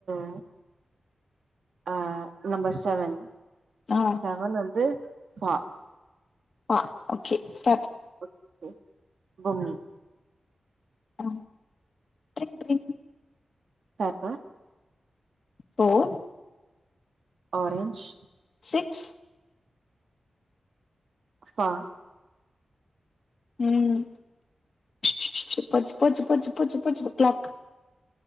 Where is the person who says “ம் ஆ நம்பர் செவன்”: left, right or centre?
Right